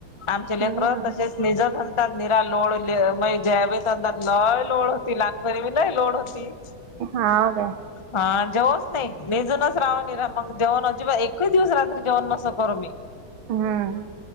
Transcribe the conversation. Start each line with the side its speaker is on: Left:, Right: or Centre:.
Left: आमचे लेकरं
Right: हम्म
Left: तसेच निजा सणतात निरा लोड म ज्यावी सणतात ल लोड होती लहानपरमीला लोड होती <unintelligible> तेच <unintelligible>
Right: हाऊ काय?
Left: हा जेवोच नाही मीजूनच राहून रा मग जेवण अजिबात एकच दिवस रात्री जेवण नसो <unintelligible> करो मी.
Right: हम्म.